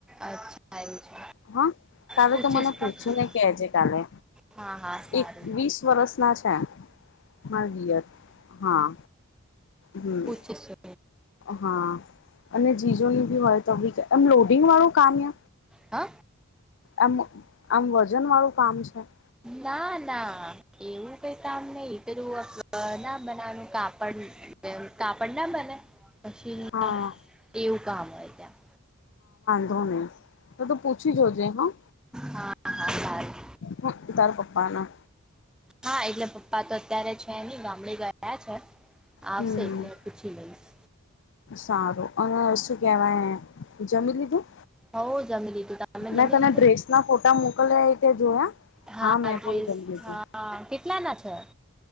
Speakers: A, in the centre; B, on the left (about 60°).
A: અચ્છા એવું છે
B: હા કાલે
A: પૂછીશ
B: તો મને
A: પૂછીશ
B: પૂછીને કેજ કાલે.
A: હા હા સારું
B: એક વીસ વરષ ના છે. હા તલે, માર ડીયર હા. હમ
A: પૂચી સય.
B: હા અને જીજોની બી હોય તો બી એમ લોડિંગ વાળું કામ હે?
A: હા
B: આમ આમ વજનવાળું કામ છે?
A: ના ના એવું કઈ કામ નઈ પેલુ ના બનાવાનું કાપડ કાપડ ના બને? શીનમા
B: હા
A: એવું કામ હોય ત્યા.
B: ને તો ત પૂછી જોજે હા.
A: હા હા સારું
B: હા તાર પપ બાના.
A: હા એટલે પપ્પા તો અત્યારે છે નય ગામડે ગયા છે આવશે
B: હમ
A: એટલે પૂછી લયશ.
B: સારું અને શું કહેવાય, જમી લીધું?
A: હો જમી લીધું તમે
B: મેં
A: જમી
B: તને
A: લીધું?
B: ડ્રેસ ના ફોટા મોકલ્યા એ તે જોયા?
A: હા
B: હાં મે
A: ડ્રેસ
B: પણ જમી લીધું.
A: હા કેટલાના છે?